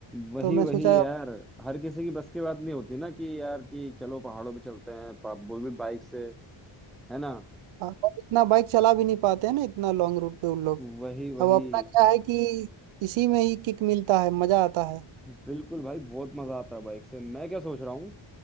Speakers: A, in the centre; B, on the right (about 80°).
A: वही
B: तो मैं
A: वही
B: सोचा
A: यार
B: अब
A: हर किसी की बस की बात नहीं होती ना कि यार कि चलो पहाड़ों पे चलते हैं पा- वो भी बाइक से है ना
B: हाँ, अब इतना बाइक चला भी नहीं पाते हैं ना इतना लॉन्ग रूट पे उन लोग
A: वही वही
B: अब अपना क्या है कि इसी में ही किक मिलता है मजा आता है
A: बिल्कुल भाई बहुत मजा आता है बाइक से मैं क्या सोच रहा हूँ